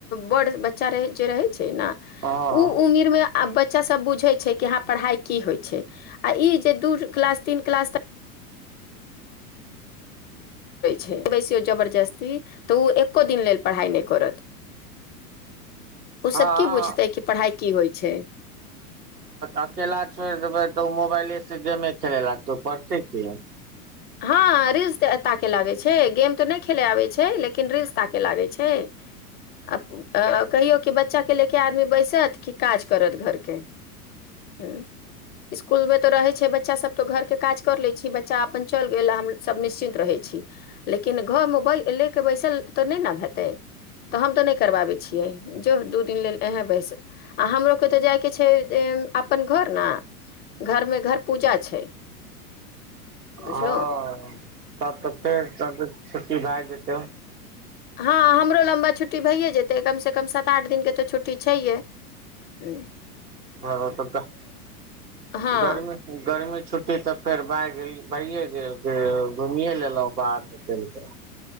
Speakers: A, on the left (about 20°); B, on the right (about 85°).
A: बड़ बच्चा रहै जे रहै। छै ने
B: हँ
A: ओ उमिरमे आ बच्चासभ बुझै छै कि हँ पढ़ाइ की होइ छै आ ई जे दू क्लास तीन क्लास तक छै बैसियौ जबरदस्ती तऽ ओ एक्को दिन लेल पढ़ाइ नहि करत ओ
B: हँ
A: सब की बुझते कि पढ़ाई की होइ छै। छै।
B: अकेला छब तऽ मोबाइल धमे खेल लागतौ पड़त क
A: हँ रील्स तऽ एता के लागे छै गेम तऽ नहि खेले आबैत छै। छै लेकिन रिललस ताके लागे छै। छै आ कहियौ कि बच्चा के ले के आदमी बैसत कि काज करत घर के ह इसकुल मे तऽ रहै छै बच्चा सब तऽ घर के काज कर लै छी बच्चा अपन चल गेल हम निश्चिन्त रहै छी लेकिन घरमे ले कऽ बैसल तऽ नहि ने हेतै तऽ हम तऽ नहि करबाबै छियै जो दू दिन लेल इहे बैस आ हमरोे तऽ जायके छै अपन घर ने घरमे घर पूजा छै।
B: हँ
A: बुझलहुँ
B: तब तऽ फेर त छुट्टी भए जेत। त।
A: हँ हमरो लम्बा छुट्टी भइए जेतै कमसँ कम सात आठ दिनके तऽ छुट्टी छैहे ह।
B: ह तऽ
A: हँ
B: गर्मी गर्मी छुट्टी तऽ फेर भए गेली भइए गेल घुमिए लेलहुँ बाहर निकलिके